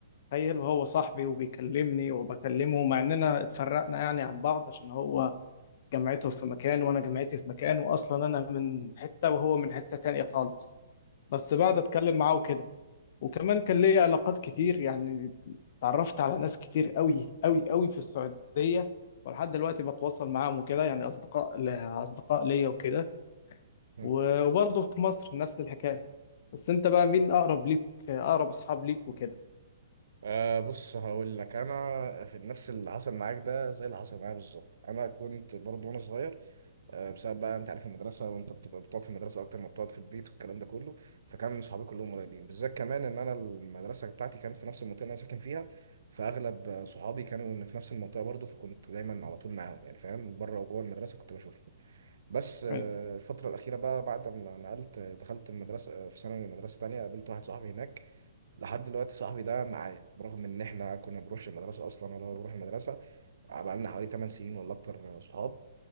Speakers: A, on the left; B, on the right.
A: تخيل وهو صاحبي وبيكلمني وبكلمه مع اننا اتفرقنا يعني عن بعض عشان هو جامعته في مكان وانا جامعتي في مكان واصلا انا من حته وهو من حته تانية خالص بس بقعد اتكلم معاه وكده وكمان كان ليا علاقات كتير يعني اتعرفت على ناس كتير قوي قوي قوي في السعوديه ولحد دلوقتي بتواصل معاهم وكده يعني اصدقاء ل- اصدقاء ليا وكده
B: مم.
A: وبرضه في مصر نفس الحكايه بس انت بقى مين اقرب ليك اقرب اصحاب ليك وكده
B: أه بص هقول لك انا في نفس اللي حصل معاك ده زي اللي حصل معايا بالظبط انا كنت برضه وانا صغير آه، بسبب بقى انت عارف المدرسه وانت بتبقى بتقعد في المدرسه اكتر ما بتقعد في البيت والكلام ده كله فكان صحابي كلهم قريبين بالذات كمان ان انا المدرسه بتاعتي كانت في نفس المنطقه اللي انا ساكن فيها فاغلب آه، صحابي كانوا إن في نفس المنطقه برضه فكنت دايما على طول معاهم يعني فاهم بره وجوه المدرسه كنت بشوفهم بس آه،
A: ايوه
B: الفتره الاخيره بقى بعد ما نقلت آه، دخلت المدرسه آه، في ثانوي مدرسه تانية قابلت واحد صاحبي هناك لحد دلوقتي صاحبي ده معايا برغم ان احنا كنا بنروحش المدرسه اصلا ولا هو بيروح المدرسه بقى لنا حوالي 8 سنين ولا اكتر آه، صحاب